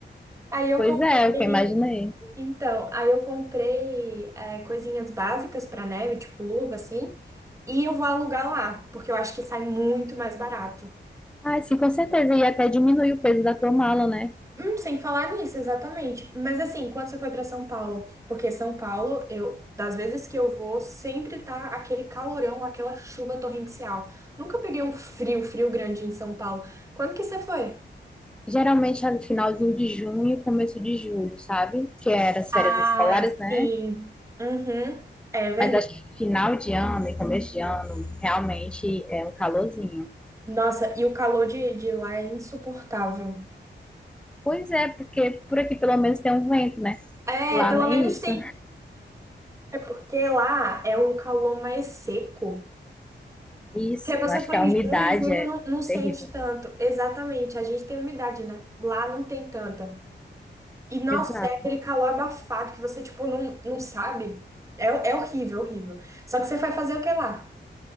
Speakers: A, on the right (about 15°); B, in the centre.
A: Aí eu
B: Pois
A: comprei.
B: é, o que eu imaginei.
A: Então, aí eu comprei é, coisinhas básicas pra neve, tipo luva, assim, e eu vou alugar lá, porque eu acho que sai muito mais barato.
B: Ah, sim, com certeza. E até diminui o peso da tua mala, né?
A: Hum, sem falar nisso, exatamente. Mas assim, quando você foi pra São Paulo? Porque São Paulo, eu, das vezes que eu vou, sempre tá aquele calorão, aquela chuva torrencial. Nunca peguei um frio, frio grande em São Paulo. Quando que você foi?
B: Geralmente é no finalzinho de junho, começo de julho, sabe? Que era as
A: Ah,
B: férias escolares, né?
A: sim. Uhum, é verdade.
B: Mas acho que final de ano e começo de ano realmente é um calorzinho.
A: Nossa, e o calor de, de lá é insuportável.
B: Pois é, porque por aqui pelo menos tem um vento, né?
A: É,
B: Lá
A: pelo
B: nem
A: menos
B: isso.
A: tem. É porque lá é um calor mais seco.
B: Isso,
A: Porque você
B: acho
A: foi
B: que a umidade
A: em junho, julho
B: é
A: não, não sente
B: terrível.
A: tanto. Exatamente, a gente tem umidade, né? Lá não tem tanta. E nossa,
B: Exato.
A: é aquele calor abafado que você, tipo, não, não sabe. É, é horrível, horrível. Só que você foi fazer o que lá?